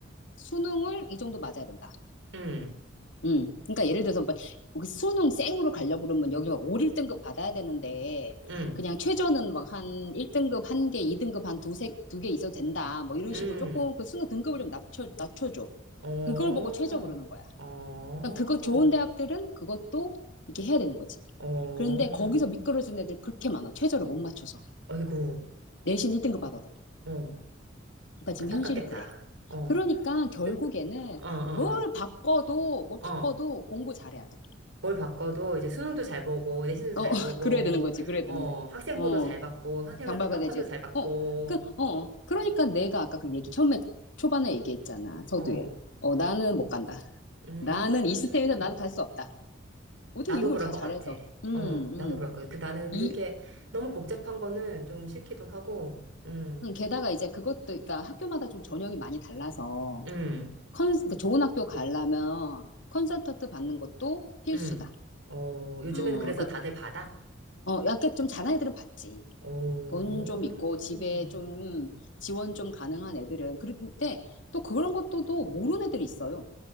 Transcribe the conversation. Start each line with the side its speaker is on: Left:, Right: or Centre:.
Left: 수능을 이 정도 맞아야 된다.
Right: 응,
Left: 음. 그러니까 예를 들어서 막 수능 쌩으로 가려고 그러면 여기 막 5, 1등급 받아야 되는데
Right: 응,
Left: 그냥 최저는 막 한 1등급 한 개, 2등급 한 두세 두 개 있어도 된다. 뭐 이런
Right: 응,
Left: 식으로 조금 그 수능 등급을 좀 낮춰 낮춰줘.
Right: 어,
Left: 그걸 보고 최저 그러는 거야.
Right: 어,
Left: 그러니까 그거 좋은 대학들은 그것도 이렇게 해야 되는 거지.
Right: 어,
Left: 그런데 거기서 미끄러진 애들 그렇게 많아. 최저를 못 맞춰서.
Right: 어이구,
Left: 내신 1등급 받아도.
Right: 어,
Left: 그러니까 지금
Right: 안타깝겠다.
Left: 현실이 그래.
Right: 어,
Left: 그러니까 결국에는
Right: 그- 어, 어,
Left: 뭘 바꿔도 뭘
Right: 어,
Left: 바꿔도
Right: 어.
Left: 공부 잘해야 돼.
Right: 뭘 바꿔도 이제 수능도 잘 보고, 내신도
Left: 어,
Right: 잘
Left: <laughs>
Right: 보고,
Left: 그래야 되는 거지. 그래야
Right: 어,
Left: 되는 거지.
Right: 학생부도
Left: 어,
Right: 잘 받고, 선생님한테
Left: 장발가
Right: 평판도
Left: 되지.
Right: 잘 받고,
Left: 어, 그, 어, 그러니까 내가 아까 그 얘기 처음에 초반에 얘기했잖아. 서두에.
Right: 어,
Left: 어, 나는 못 간다.
Right: 음.
Left: 나는 이 스템에서 나는 갈 수 없다. 어떻게
Right: 나도
Left: 이름을
Right: 그럴
Left: 다
Right: 것
Left: 잘해서.
Right: 같아.
Left: 음,
Right: 어, 나도 그럴
Left: 음.
Right: 거야. 그 나는 그게
Left: 이,
Right: 너무 복잡한 거는 좀 싫기도 하고, 음,
Left: 음, 게다가 이제 그것도, 그러니까 학교마다 좀 전형이 많이 달라서
Right: 음,
Left: 컨, 그 좋은 학교 가려면 설턴트 받는 것도 필수다.
Right: 음. 어, 요즘에는
Left: 어,
Right: 그래서
Left: 그,
Right: 다들 받아?
Left: 어, 약간 좀 잘하는 애들은 받지
Right: 오,
Left: 돈 좀 있고 집에 좀 지원 좀 가능한 애들은 그런데 또 그런 것도 또 모르는 애들이 있어요.